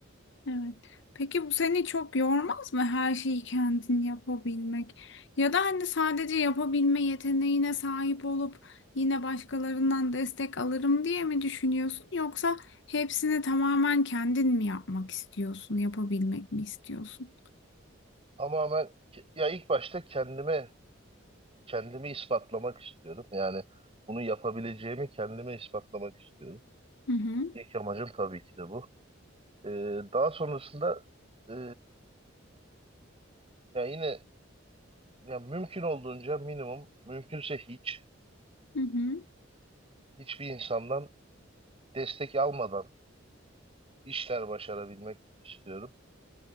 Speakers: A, on the left; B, on the right.
A: Evet. Peki bu seni çok yormaz mı her şeyi kendin yapabilmek? Ya da hani sadece yapabilme yeteneğine sahip olup yine başkalarından destek alırım diye mi düşünüyorsun? Yoksa hepsini tamamen kendin mi yapmak istiyorsun, yapabilmek mi istiyorsun?
B: Ama ben ya ilk başta kendime kendimi ispatlamak istiyorum. Yani bunu yapabileceğimi kendime ispatlamak istiyorum.
A: Hı hı,
B: İlk amacım tabii ki de bu. Ee, daha sonrasında ee, ya yine ya mümkün olduğunca minimum, mümkünse hiç
A: hı hı,
B: hiçbir insandan destek almadan işler başarabilmek istiyorum.